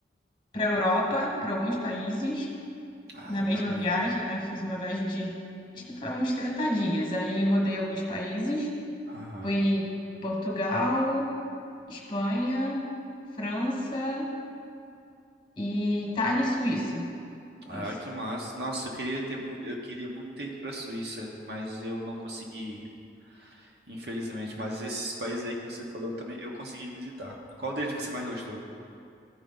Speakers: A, on the left; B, on the right.
A: pra Europa, pra alguns países,
B: Ah,
A: na
B: eu
A: mesma
B: também.
A: viagem, né? Fiz uma viagem de, acho que foram uns 30 dias. Aí rodei alguns países.
B: Aham.
A: Fui Portugal, Espanha, França. E Itália e Suíça.
B: Ah,
A: Isso.
B: que massa. Nossa, eu queria ter, mu- eu queria muito ter ido pra Suíça, mas eu não consegui, ir, infelizmente. Mas esses países aí que você falou também, eu consegui visitar. Qual deles você mais gostou?